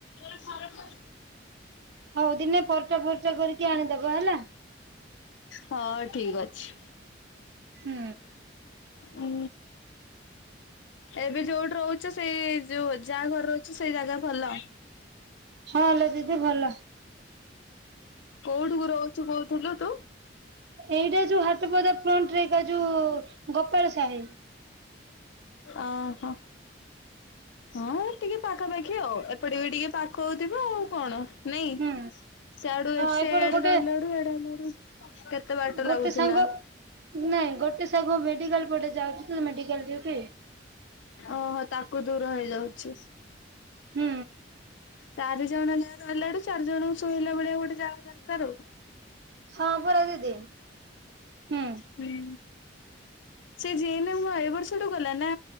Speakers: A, on the left; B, on the right.
A: ସର <unintelligible>
B: ହଉ ଦିନେ ପରଟା ଫର୍ଚା କରିକି ଆଣିଦବା ହେଲା।
A: ହଁ ଠିକ ଅଛି।
B: ହୁଁ।
A: ହୁଁ ଏବେ ଯୋଉଠି ରହୁଛ ସେଇ ଯୋଉ ଯାହା ଘର ଅଛି ସେଇ ଜାଗା ଭଲ
B: ହଁ ହେଲା ଦିଦି ଭଲ
A: କୋଉଠି କୁ ରହୁଛୁ କହୁଥିଲୁ ତୁ?
B: ଏଇଟା ଯୋଉ ହାଟପଦା ଫ୍ରଣ୍ଟ ରେ ଏକା ଯୋଉ ଗୋପାଳ ସାହି
A: ଓହୋ। ହଁ ଟିକେ ପାଖାପାଖି ଆଉ ଏପଟେ ବି ଟିକେ ପାଖ ହଉଥିବ ଆଉ କଣ ନାଇଁ।
B: ହୁଁ।
A: ସେଆଡୁ
B: ହଁ
A: ଏଡେ
B: ଏପଟେ ଗୋଟେ
A: ରହିଲା ବେଡୁ ଏଡେ ହେଲା ବଡୁ କେତେ ବାଟ
B: ଗୋଟେ
A: ଲାଗୁଥିଲା
B: ସାଙ୍ଗ ନାଇଁ ଗୋଟେ ସବୁ ମେଡିକାଲ ପଟେ ଯାଉଛି ତ ମେଡିକାଲ ଦ୍ୟୁଟି
A: ଓହୋ ତାକୁ ଦୂର ହେଇଯାଉଛି
B: ହୁଁ।
A: ଚାରି ଜଣ ଯାଁ ରହିଲାଡୁ ଚାରି ଜଣଙ୍କୁ ଶୋଇଲା ଭଳିଆ ଗୋଟେ ଯାହା ଦରକାର ଆଉ
B: ହଁ ପରା ଦିଦି ହୁଁ
A: ହୁଁ। ସେ ଯିଏଲେ ମୁଁ ଏ ବର୍ଷଠୁ ଗଲା ନା